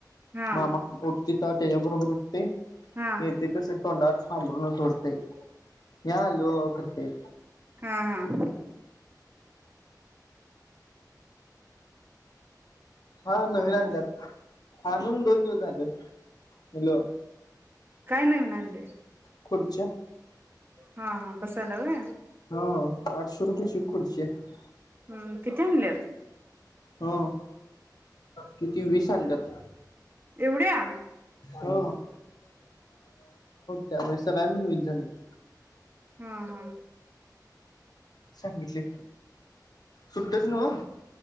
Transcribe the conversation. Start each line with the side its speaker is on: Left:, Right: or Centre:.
Right: हा
Left: मामा ऊठ चितात् तेजाबरोबर ते
Right: हा
Left: येते तसे तोंडवर सांबरून सोडते. मी आलो करतंय.
Right: हां-हां
Left: हां नवीन आणल्यात, आणून दोन दिवस झालं. हॅलो
Right: काय नाही म्हणाले.
Left: खुर्च्या
Right: हा हा बसायला व्हय
Left: हा आठशे रुपयची खुर्ची हाय
Right: हम्म किती आनल्यात?
Left: हा किती वीस आणल्यात?
Right: एवढ्या!
Left: हा त्यामूळ सगळ्या मिळून विस झाल्यात
Right: हा हा
Left: सांगितले सुट्टच नव